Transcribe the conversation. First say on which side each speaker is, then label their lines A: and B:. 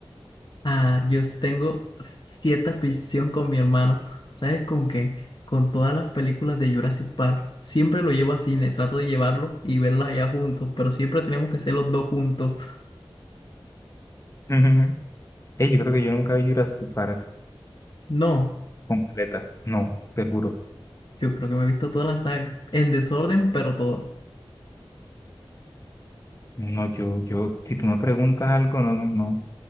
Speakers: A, on the left (about 55°); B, on the left (about 30°).
A: Ah, yo s- tengo s- cierta afición con mi hermano. ¿Sabes con qué? Con todas las películas de Jurassic Park. Siempre lo llevo a cine, trato de llevarlo y verlos allá juntos, pero siempre tenemos que ser los dos juntos.
B: Ujú. Ey, yo creo que yo nunca vi Jurassic Park
A: No,
B: completa. No, te juro.
A: yo creo que me he visto toda la saga, en desorden, pero toda.
B: No, yo, yo, si tú me preguntas algo, no, no, no.